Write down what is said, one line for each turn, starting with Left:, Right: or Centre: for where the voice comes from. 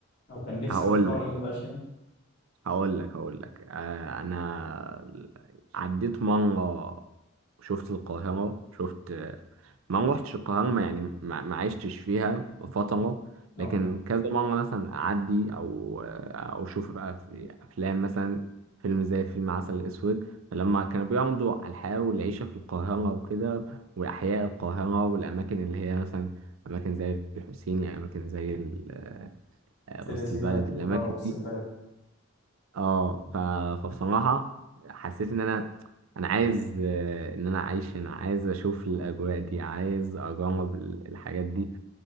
Left: او كان نفسك
Right: هقول
Left: تقرر
Right: لك.
Left: ان انت تعيش هنا
Right: هقول لك هقول لك آه انا عديت مره شفت القاهره شفت ما روحتش القاهره ما يعني ما ما عشتش فيها فتره
Left: اه
Right: لكن كذا مره مثلا اعدي او آه، او اشوف بقى في افلام مثلا فيلم زي فيلم عسل اسود فلما كانوا بيعرضوا على الحياه والعيشه في القاهره وكده واحياء القاهره والاماكن اللي هي مثلا اماكن زي الحسيني اماكن زي ال- آه،
Left: سيدة
Right: وسط
Left: زينب
Right: البلد
Left: و-
Right: الاماكن
Left: اه وسط
Right: دي
Left: البلد
Right: اه ف... فبصراحة حسيت ان انا انا عايز آه، ان انا اعيش هنا عايز اشوف الاجواء دي عايز اجرب ال- الحاجات دي